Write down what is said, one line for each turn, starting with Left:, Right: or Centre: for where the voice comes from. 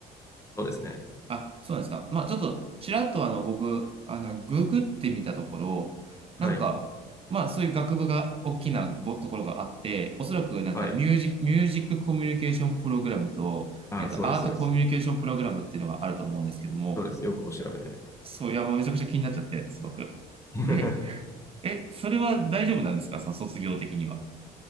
Left: な。そうですね。
Right: あ、そうなんですか。まあ、ちょっと、ちらっとあの、僕、あの、ググってみたところ、
Left: はい。
Right: なんか、まあ、そういう学部が大きなぼところがあって、おそらくなんかミュージ、
Left: はい。
Right: ミュージックコミュニケーションプログラムと、
Left: ああ、
Right: えっと、
Left: そうです、
Right: アートコミュニケーションプログラムっていうのがあると思うんですけども、
Left: そうです。そうです。よくお調べで。
Right: そう、いや、もうめちゃくちゃ気になっちゃって、すごく。
Left: <laughs>
Right: で、え、それは大丈夫なんですかその卒業的には。